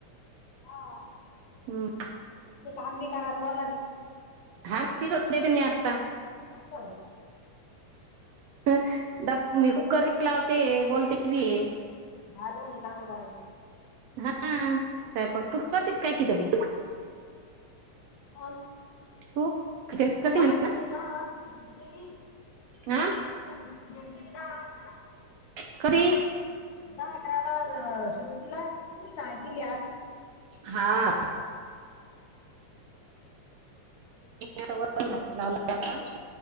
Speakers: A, on the left (about 80°); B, on the right (about 75°).
A: हा. तुम्ही
B: हम्म
A: काम बी करा, बोला बी.
B: <unintelligible> मी आत्ता.
A: <unintelligible>
B: <inaudible>
A: आहे?
B: मी कुकर ही लावते बोलते बी ये.
A: हा दोन्ही काम करायचं.
B: हा स्वयंपाक तू करतीत काय खिचडी.
A: हो न.
B: तू? खिचडी
A: नाही
B: करते
A: बाबा
B: म्हणे
A: मी दहा वाजता खिचडी केली
B: हा
A: खिचडी केली दहा वाजता.
B: <unintelligible>
A: दहा अकराला अ श्रुतीला ती कुठे शाळेत गेली आज.
B: हां. <unintelligible>